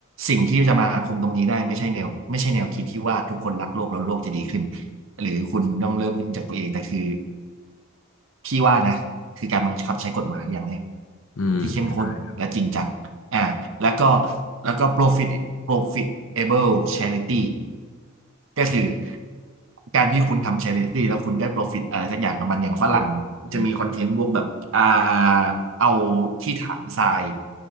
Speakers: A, on the right (about 70°); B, on the left (about 90°).
A: สิ่งที่จะมาคุมตรงนี้ได้ไม่ใช่แนวไม่ใช่แนวคิดที่ว่าทุกคนรักโลกแล้วโลกจะดีขึ้นหรือคุณต้องเริ่มขึ้นจากตัวเองแต่คือพี่ว่านะคือการบังคับใช้กฎหมายอย่างเนี้ย
B: อืมใช่ครับ
A: ที่เข้มข้นและจริงจัง อ่าแล้วก็แล้วก็ profit profitable charity ก็คือการที่คุณทำ charity แล้วคุณได้ profit อะไรสักอย่างกับมันอย่างฝรั่งจะมีคอนเทนต์พวกแบบอ่า
B: อืมอืม
A: เอาที่ถังทราย